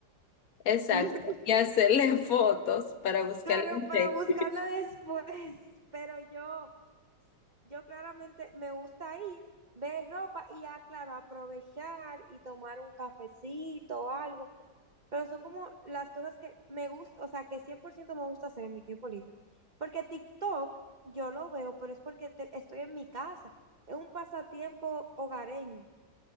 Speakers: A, on the left; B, on the right.
A: Exacto,
B: <laughs>
A: y hacerle <laughs> fotos para buscar
B: Claro,
A: el
B: para
A: efecto.
B: buscarla después, pero yo, yo claramente me gusta ir, ver ropa y ya, claro, aprovechar y tomar un cafecito o algo. pero son como las cosas que me gusta, o sea, que 100% me gusta hacer en mi tiempo libre. Porque TikTok yo lo veo, pero es porque te- estoy en mi casa, es un pasatiempo hogareño.